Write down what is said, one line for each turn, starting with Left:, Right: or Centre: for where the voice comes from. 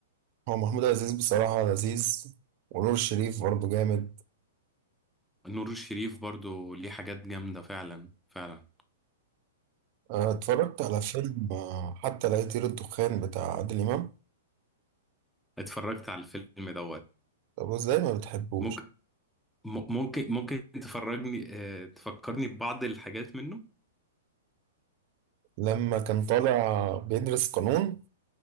Right: هو محمود عزيز بصراحة لذيذ ونور الشريف برضه جامد
Centre: نور الشريف برضو ليه حاجات جامده فعلا فعلا
Right: اه، اتفرجت على فيلم اه، حتى لا يطير الدخان بتاع عادل امام
Centre: اتفرجت على الفيلم دوت
Right: طب ازاي ما بتحبوش
Centre: ممكن م- ممكن ممكن تفرجني آه، تفكرني ببعض الحاجات منه
Right: لما كان طالع بيدرس قانون